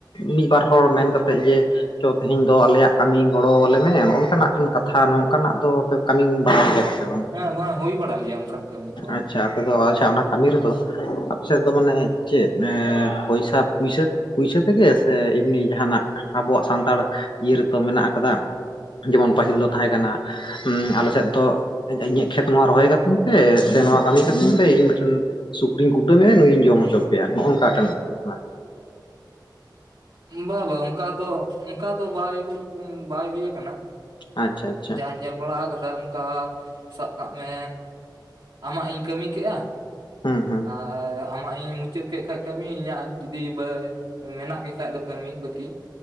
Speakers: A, on the left; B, on the right.
A: ᱢᱤᱫ ᱵᱟᱨ ᱦᱚᱲ ᱢᱮᱱ ᱠᱟᱛᱮᱜ ᱡᱮ ᱪᱚ ᱛᱮᱦᱮᱧ ᱫᱚ ᱟᱞᱮᱭᱟᱜ ᱠᱟᱹᱢᱤ ᱜᱚᱲᱚᱣᱟᱞᱮ ᱢᱮ ᱱᱚ ᱱᱚᱝᱠᱟᱱᱟᱜ ᱠᱟᱛᱷᱟ ᱱᱚᱝᱠᱟᱱᱟᱜ ᱫᱚ ᱟᱯᱮ ᱠᱟᱹᱢᱤ ᱵᱟᱲᱟᱭ ᱜᱮᱭᱟ ᱯᱮ ᱥᱮ ᱵᱟᱝ?
B: ᱦᱮᱸ ᱦᱮᱸ ᱦᱩᱭ ᱵᱟᱲᱟᱜ ᱜᱮᱭᱟ ᱚᱱᱠᱟᱱ ᱠᱟᱹᱢᱤ ᱠᱚᱦᱚᱸ
A: ᱟᱪᱪᱷᱟ ᱟᱯᱮ ᱫᱚ ᱟᱪᱪᱷᱟ ᱚᱱᱥ ᱠᱟᱹᱢᱤ ᱨᱮᱫᱚ ᱟᱯᱮ ᱥᱮᱫ ᱫᱚ ᱢᱟᱱᱮ ᱪᱮᱫ ᱮ ᱯᱚᱭᱥᱟ ᱯᱩᱭᱥᱟᱹ ᱯᱩᱭᱥᱟᱹ ᱛᱮ ᱜᱮ ᱥᱮ ᱮᱢᱱᱤ ᱡᱟᱦᱟᱸᱱᱟᱜ ᱟᱵᱚᱣᱟᱜ ᱥᱟᱱᱛᱟᱲ ᱤᱭᱟᱹ ᱨᱮᱛᱚ ᱢᱮᱱᱟᱜ ᱠᱟᱫᱟ, ᱡᱮᱢᱚᱱ ᱯᱟᱹᱦᱤᱞ ᱫᱚ ᱛᱟᱦᱮᱸ ᱠᱟᱱᱟ ᱩᱸ ᱟᱞᱮ ᱥᱮᱫ ᱫᱚ ᱤᱧ ᱤᱧᱟᱹᱜ ᱠᱷᱮᱛ ᱱᱚᱣᱟ ᱨᱚᱦᱚᱭ ᱠᱟᱹᱛᱤᱧ ᱯᱮ ᱥᱮ ᱱᱚᱣᱟ ᱠᱟᱹᱢᱤ ᱠᱟᱹᱛᱤᱧ ᱯᱮ, ᱤᱧ ᱢᱤᱫᱴᱮᱱ ᱥᱩᱠᱨᱤᱧ ᱠᱩᱴᱟᱹᱢᱮᱭᱟ ᱱᱩᱭᱤᱧ ᱡᱚᱢ ᱦᱚᱪᱚ ᱯᱮᱭᱟ, ᱱᱚᱸᱜᱼᱚ ᱱᱚᱝᱠᱟᱴᱮᱱ ᱛᱟᱦᱮᱸ ᱠᱟᱱᱟ ᱾
B: ᱵᱟ ᱵᱟ ᱚᱝᱠᱟ ᱫᱚ ᱚᱝᱠᱟ ᱫᱚ ᱵᱟᱭ ᱦᱩᱭ ᱵᱟᱭ ᱦᱩᱭ ᱠᱟᱱᱟ,
A: ᱟᱪᱪᱷᱟ ᱟᱪᱪᱷᱟ
B: ᱡᱟᱭ ᱧᱮᱞ ᱵᱟᱲᱟ ᱠᱟᱫᱟ ᱠᱟ ᱥᱟᱵ ᱠᱟᱜ ᱢᱮ ᱟᱢᱟᱜ ᱤᱧ ᱠᱟᱹᱢᱤ ᱠᱮᱜᱼᱟ,
A: ᱦᱩᱸ ᱦᱩᱸ
B: ᱟᱣᱟᱜ ᱟᱢᱟᱜ ᱤᱧ ᱢᱩᱪᱟᱹᱫ ᱠᱮᱫ ᱠᱷᱟᱡ ᱠᱟᱹᱢᱤ, ᱤᱧᱟᱹᱜ ᱡᱩᱫᱤ ᱵᱟᱹ ᱢᱮᱱᱟᱜ ᱜᱮ ᱠᱷᱟᱡ ᱫᱚ ᱠᱟᱹᱢᱤ ᱵᱟᱹᱠᱤ